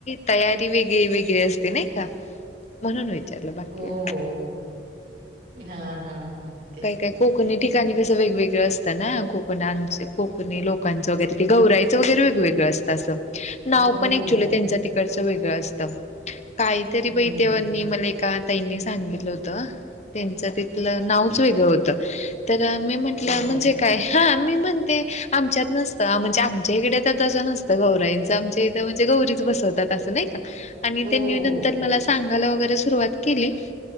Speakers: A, on the left; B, on the right.
A: तयारी वेगळी वेग असते नाही का म्हणून विचारलं बाकी
B: हो हो हो हा हा तेच
A: काय काय
B: तेच
A: कोकणी
B: काही नाही
A: ठिकाणी कसं वेगवेगळं असत ना कोकण कोकणी लोकांचं वगैरे ते गवरायचं वगैरे वेगवेगळं असतं असं नाव
B: हो
A: पण
B: हो
A: क्च्युली
B: हो
A: त्यांच तिकडचं वेगळं असतं काहीतरी
B: हम्म
A: बाई
B: हम्म
A: तेव्हानी
B: हम्म
A: मला एका ताईनी सांगितलं होत त्यांच तिथलं नाव वेगळं होत तर मी म्हंटलं
B: हो
A: म्हणजे
B: का
A: काय हा मी म्हणते आमच्यात नसतं म्हणजे आमच्या इकडे तर तसं नसतं गौराईंचं आमच्या इथ म्हणजे गौरीच बसवतात असं नाही आणि
B: हो
A: त्यांनी
B: हो
A: नंतर
B: हो
A: मला सांगायला वगैरे सुरुवात केली